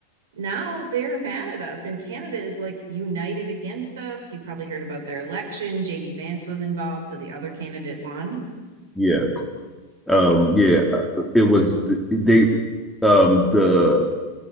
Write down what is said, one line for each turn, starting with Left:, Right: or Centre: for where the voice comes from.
Right: now they're mad at us and canada is like united against us you probably heard about their election jd vance was involved so the other candidate won
Centre: yeah. um yeah uh, it was they um the